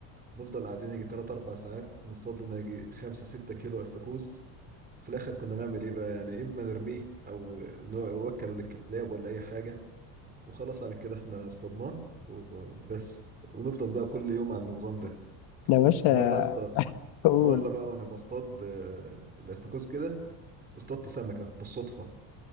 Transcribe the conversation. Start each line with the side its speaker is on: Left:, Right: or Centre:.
Right: نفضل قاعدين يجي 3 4 ساعات نصطاد لنا يجي 5 6 كيلو استاكوز في الاخر كنا نعمل ايه بقى يعني اما نرميه او نوكله للكلاب ولا اي حاجه وخلاص على كده احنا اصطادناه وبس ونفضل بقى كل يوم على النظام ده
Left: انا يا باشا
Right: مره يا اسطى
Left: قول
Right: مره بقى وانا بصطاد آه، الاستاكوز كده اصطدت سمكه بالصدفه